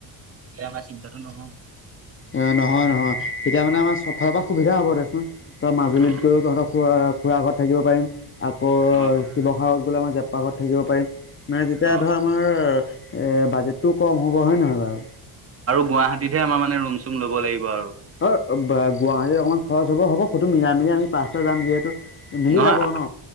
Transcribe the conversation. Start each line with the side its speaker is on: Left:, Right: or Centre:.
Right: <unintelligible>
Left: অ নহয় নহয় তেতিয়া মানে আমাৰ চবফালৰ পৰা সুবিধা হ'ব দেচোন। ত মাজুলীত
Right: অ অ
Left: গ'লেও তহঁতৰ খুৰা খুৰা ঘৰত থাক পাৰিম। আকৌ
Right: অ অ
Left: শিৱসাগৰত গ'লে আমাৰ জেপ্পা ঘৰত থ পাৰিম। নাই তেতিয়া
Right: অ
Left: ধৰ
Right: অ
Left: আমাৰ বাজেটো কম হ'ব। হয় নহয় বাৰু?
Right: গুৱাহাটীততে আমৰ মানে ৰূম-চুম ল'ব লাগিব আৰু।
Left: অ গুৱাহাটীত অকমান খৰচ হব হ'ব। সটো মিলাই মেলি আমি পাঁচটা যাম যিহেতু মিলি
Right: নহয়।
Left: যাব ন